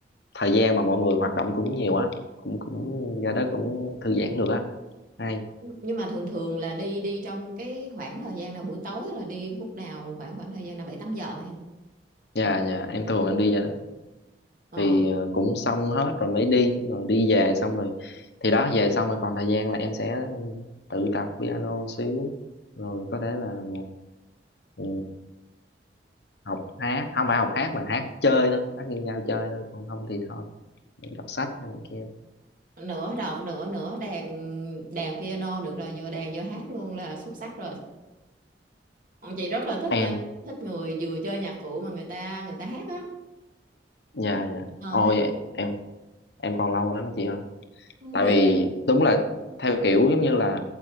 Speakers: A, on the left (about 70°); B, on the right (about 50°).
A: thời gian mà mọi người hoạt động cũng nhiều á cũng cũng ra đó cũng thư giãn được á hay
B: nhưng mà thường thường là đi đi trong cái khoảng thời gian nào buổi tối là đi lúc nào khoảng khoảng thời gian nào bảy tám giờ hả em
A: dạ
B: Bảy-
A: dạ em thường em đi ra đó
B: ờ,
A: thì ờ, cũng xong hết rồi mới đi rồi đi về xong rồi thì đó về xong rồi còn thời gian là em sẽ tự tập piano xíu rồi có thể là ừ, học hát không phải học hát mà hát chơi thôi hát nghiêng nhau chơi thôi còn không thì thôi đọc sách hay này kia
B: nửa đọc nửa nửa đàn đàn piano được rồi vừa đàn vừa hát luôn là xuất sắc rồi Ờ, chị rất là thích
A: em
B: nha thích người vừa chơi nhạc cụ mà người ta người ta hát á
A: dạ
B: Hát,
A: dạ
B: ờ,
A: ôi
B: hay.
A: em em còn lâu lắm chị ơi
B: Ừ,
A: tại
B: từ
A: vì
B: từ.
A: đúng là theo kiểu giống như là